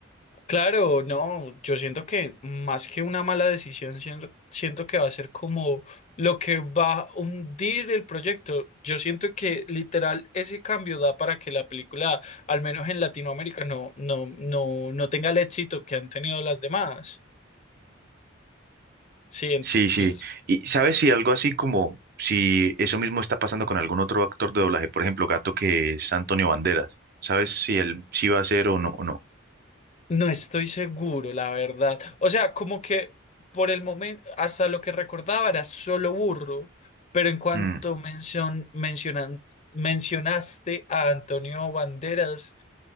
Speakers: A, on the left; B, on the right.
A: Claro, no, yo siento que más que una mala decisión, sien- siento que va a ser como lo que va a hundir el proyecto. Yo siento que literal ese cambio da para que la película, al menos en Latinoamérica, no, no, no, no tenga el éxito que han tenido las demás. Sí, entonces
B: Sí, sí. Y sabes si algo así como si eso mismo está pasando con algún otro actor de doblaje, por ejemplo, Gato que es Antonio Banderas. ¿Sabes si él sí va a ser o no o no?
A: No estoy seguro, la verdad. O sea, como que por el momento, hasta lo que recordaba era solo burro, pero en cuanto
B: Mm,
A: mencion- mencionan- mencionaste a Antonio Banderas,